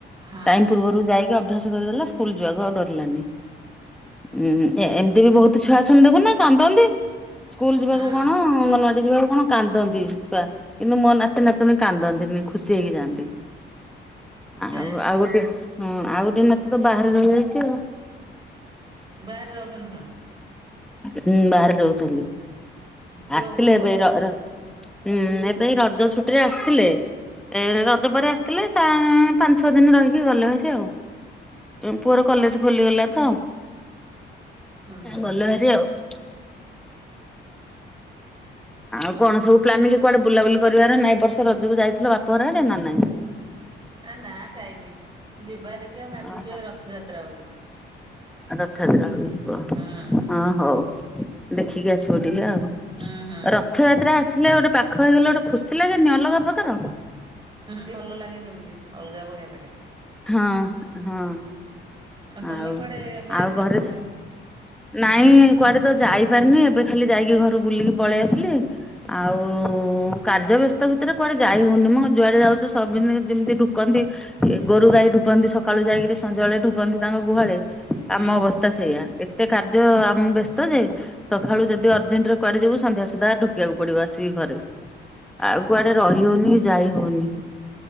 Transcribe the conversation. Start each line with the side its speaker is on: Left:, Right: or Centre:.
Right: ହଁ
Centre: ଟାଇମ ପୂର୍ବରୁ ଯାଇକି ଅଭ୍ୟାସ କରିଦଲା ସ୍କୁଲ ଯିବାକୁ ଆଉ ଡରିଲାନି। ଉଁ ଏ ଏମିତି ବି ବହୁତ ଛୁଆ ଅଛନ୍ତି ଦେଖୁନ କାନ୍ଦନ୍ତି। ସ୍କୁଲ ଯିବାକୁ
Right: ହଁ
Centre: କଣ ଅଙ୍ଗନୱାଡି ଯିବାକୁ କଣ କାନ୍ଦନ୍ତି ଛୁଆ କିନ୍ତୁ ମୋ ନାତି ନାତିଣୀ କାନ୍ଦନ୍ତିନି ଖୁସି ହେଇକି ଯାଆନ୍ତି। ଆଉ
Right: ଯାହା ହଉ
Centre: ଆଉ ଗୋଟେ ହଁ ଆଉ ଗୋଟେ ନାତି ତ ବାହାରେ ରହିଯାଇଛି ଆଉ।
Right: ବାହାରେ ରହୁଛନ୍ତି ସେମାନେ
Centre: ହୁଁ ବାହାରେ ରହୁଛନ୍ତି
Right: ପୁଅ
Centre: ଆସିଥିଲେ
Right: ବୋହୂ ସବୁ
Centre: ଏବେ ଏଇ
Right: ରହୁଛନ୍ତି
Centre: ର ର୍ ହଁ ଏବେ ଇ ର ରଜ ଛୁଟିରେ ଆସିଥିଲେ ଏ ରଜ ପରେ ଆସି ଥିଲେ ଚା ପାଞ୍ଚ ଛଅ ଦିନ ରହିକି ଗଲେ ହେରି ଆଉ ପୁଅର କଲେଜ ଖୋଲିଗଲା ତ
Right: ହୁଁ
Centre: ଗଲେ ହେରି ଆଉ। <inaudible> ଆଉ କଣ ସବୁ ପ୍ଲାନିଗ୍ କୁଆଡେ ବୁଲାବୁଲି କରିବାର ନାଇଁ ଏବର୍ଷ ରଜକୁ ଯାଇଥିଲ ବାପ ଘର ଆଡେ ନା ନାଇଁ?
Right: ଆ ନା ଯାଇନି ଯିବା ଦେଖିବା ଭାବିଛୁ
Centre: ଓହୋ।
Right: ଏ ରଥଯାତ୍ରା ବେଳକୁ
Centre: ରଥୟାତ୍ରା ବେଳକୁ ଯିବ
Right: ହୁଁ
Centre: ହଁ ହଉ ଦେଖିକି ଆସିବ ଟିକେ ଆଉ।
Right: ହୁଁ ହୁଁ
Centre: ରଥଯାତ୍ରା ଆସିଲେ ଗୋଟେ ପାଖ ହେଇଗଲେ ଗୋଟେ ଖୁସି ଲାଗେନି ଅଲଗା ପ୍ରକାର।
Right: ଭଲ ଲାଗେ କେମିତି ଅଲଗା ଭଳିଆ ଲାଗେ।
Centre: ହଁ ହଁ
Right: ତମେ
Centre: ଆଉ
Right: କୁଆଡେ ବାହାରିଛ
Centre: ଆଉ ଘରେ ନାଇଁ
Right: ପ୍ଲାନ୍
Centre: ନାଇଁ କୁଆଡେ ତ ଯାଇପାରିନି ଏବେ ଖାଲି ଯାଇକି ଘରୁ ବୁଲିକି ପଳେଇ ଆସିଲି ଆଉ କାର୍ଯ୍ୟ ବ୍ୟସ୍ତ ଭିତରେ କୁଆଡେ ଯାଇ ହଉନି ମ ଯୁଆଡେ ଯାଉଛ ସବିନେ ଯେମିତି କନ୍ତି ଗୋରୁ ଗାଈ ଢୁକନ୍ତି ସକାଳୁ ଯାଇକିରି ସଞ୍ଜ ବେଳେ ଢ଼ୁକନ୍ତି ତାଙ୍କ ଗୁହାଳେ
Right: ହୁଁ
Centre: ଆମ ଅବସ୍ଥା ସେଇଆା ଏତେ କାର୍ଯ୍ୟ ଆମ ବ୍ୟସ୍ତ ଯେ ସକାଳୁ
Right: ହୁଁ
Centre: ଯଦି ଅର୍ଜେଣ୍ଟରେ କୁଆଡେ ଯିବୁ ସନ୍ଧ୍ୟା ସୁଦ୍ଧା ଢୁକିବାକୁ ପଡିବ ଆସିକି ଘରେ। ଆଉ କୁଆଡେ ରହି ହଉନି କି ଯାଇ ହଉନି।